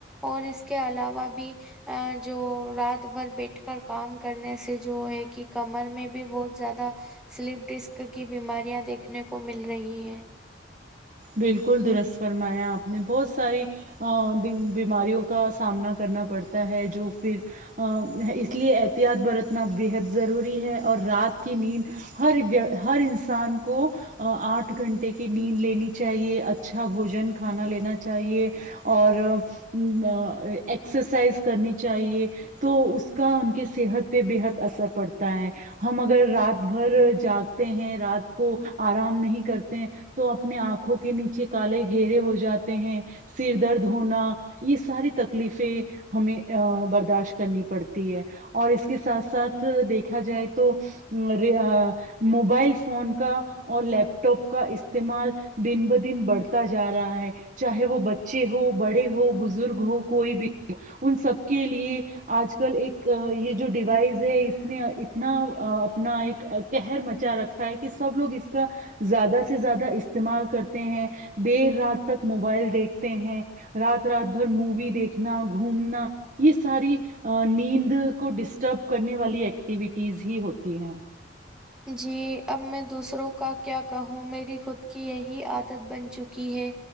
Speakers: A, in the centre; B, on the right.
A: اور اس کے علاوہ بھی ا جو رات بھر بیٹھ کر کام کرنے سے جو ہے کہ کمر میں بھی بہت زیادہ سلیپ ڈسک کی بیماریاں دیکھنے کو مل رہی ہیں
B: بالکل درست فرمایا آپ نے بہت ساری ا بیماریوں کا سامنا کرنا پڑتا ہے جو پھر ا اس لیے احتیاط برتنا بےحد ضروری ہے اور رات کی نیند ہرویک ہر انسان کو آٹھ گھنٹے کی نیند لینی چاہیے اچھا بھوجن کھانا لینا چاہیے اور ایکسرسائز کرنی چاہیے تو اس کا ان کی صحت پہ بےحد اثر پڑتا ہے ہم اگر رات بھر جاگتے ہیں رات کو آرام نہیں کرتے تو اپنے آنکھوں کے نیچے کالے گھیرے ہو جاتے ہیں سر درد ہونا یہ ساری تکلیفیں ہمیں برداشت کرنی پڑتی ہے اور اس کے ساتھ ساتھ دیکھا جائے تو را ا موبائل فون کا اور لیپ ٹاپ کا استعمال دن بہ دن بڑھتا جا رہا ہے چاہے وہ بچے ہو بڑے ہو بزرگ ہو کوئی بھی ہو ان سب کے لیے آج کل ایک یہ جو ڈیوائز ہے اس میں اتنا اپنا ایک ا کہر مچا رکھا ہے کہ سب لوگ اس کا زیادہ سے زیادہ اس استعمال کرتے ہیں دیر رات تک موبائل دیکھتے ہیں رات رات بھر مووی دیکھنا گھومنا یہ ساری نیند کو ڈسٹرب کرنے والی ایکٹیویٹیز ہی ہوتی ہیں
A: جی اب میں دوسروں کا کیا کہوں میری خود کی یہی عادت بن چکی ہے